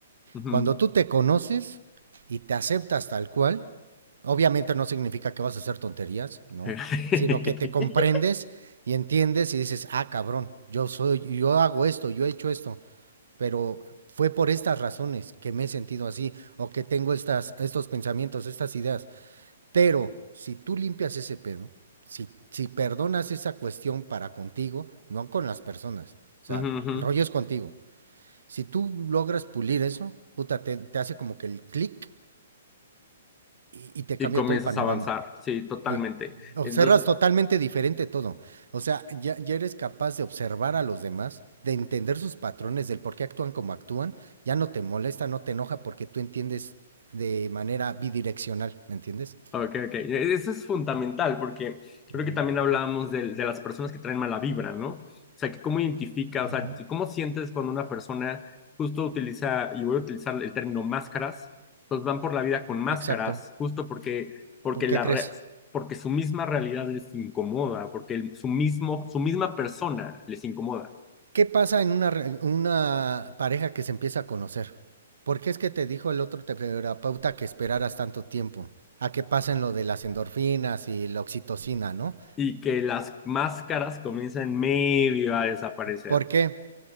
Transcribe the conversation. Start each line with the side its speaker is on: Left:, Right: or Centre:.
Left: ujú.
Right: Cuando tú te conoces y te aceptas tal cual, obviamente no significa que vas a hacer tonterías, ¿no?
Left: <laughs>
Right: Sino que te comprendes y entiendes y dices, ah, cabrón, yo soy, yo hago esto, yo he hecho esto, pero fue por estas razones que me he sentido así o que tengo estas, estos pensamientos, estas ideas. Pero si tú limpias ese pedo, si, si perdonas esa cuestión para contigo, no con las personas, o sea,
Left: Ujú, ujú.
Right: el rollo es contigo. Si tú logras pulir eso, puta, te, te hace como que el clic y, y te
Left: Y
Right: cambia
Left: comienzas
Right: todo el panorama.
Left: a avanzar, sí, totalmente.
Right: Sí. Observas
Left: Entonces,
Right: totalmente diferente todo. O sea, ya, ya eres capaz de observar a los demás, de entender sus patrones, del por qué actúan como actúan. Ya no te molesta, no te enoja porque tú entiendes de manera bidireccional, ¿me entiendes?
Left: Ok, ok. E-, Eso es fundamental porque creo
Right: Ujú.
Left: que también hablábamos de, de las personas que traen mala vibra, ¿no? O sea, que cómo identifica,
Right: ujú.
Left: o sea, cómo sientes cuando una persona justo utiliza, y voy a utilizar el término máscaras, pues van por la vida con máscaras,
Right: Exacto.
Left: justo porque, porque,
Right: ¿Por qué
Left: la
Right: crees?
Left: re- porque su misma realidad les incomoda, porque el- su, mismo, su misma persona les incomoda
Right: ¿Qué pasa en una, re- una pareja que se empieza a conocer? ¿Por qué es que te dijo el otro terapeuta que esperaras tanto tiempo? A que pasen lo de las endorfinas y la oxitocina, ¿no?
Left: y que las máscaras comienzan medio a desaparecer,
Right: ¿Por qué?